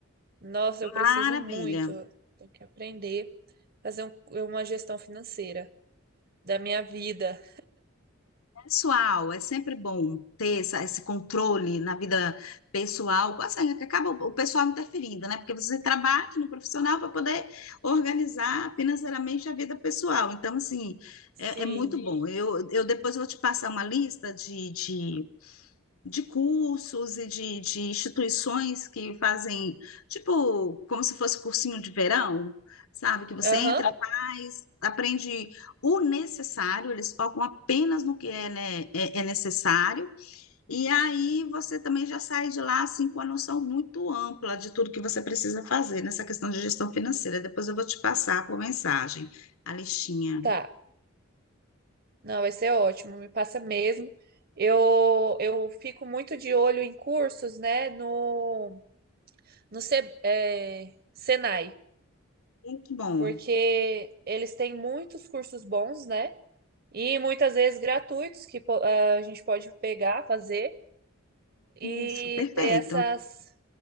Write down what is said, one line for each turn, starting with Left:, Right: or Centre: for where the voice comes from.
Right: Nossa,
Left: Maravilha.
Right: eu preciso muito, tenho que aprender a fazer um- uma gestão financeira. da minha vida.
Left: Pessoal, é sempre bom ter essa, esse controle na vida pessoal, assim, é que acaba o o pessoal interferindo, né? Porque você trabalha no profissional para poder organizar financeiramente a vida pessoal. Então, assim,
Right: Sim.
Left: é, é muito bom. Eu, eu depois vou te passar uma lista de, de de cursos e de, de instituições que fazem, tipo, como se fosse cursinho de verão, sabe? Que você
Right: Aham,
Left: entra, faz, aprende o necessário, eles focam apenas no que é, né, é, é necessário, e aí você também já sai de lá, assim, com a noção muito ampla de tudo que você precisa fazer nessa questão de gestão financeira. Depois eu vou te passar por mensagem a listinha.
Right: tá. Não, vai ser ótimo, me passa mesmo. Eu, eu fico muito de olho em cursos, né, no, no Se- é, Senai,
Left: Muito bom.
Right: porque eles têm muitos cursos bons, né, e muitas vezes gratuitos que po- a gente pode pegar, fazer e
Left: Isso, perfeito.
Right: ter essas,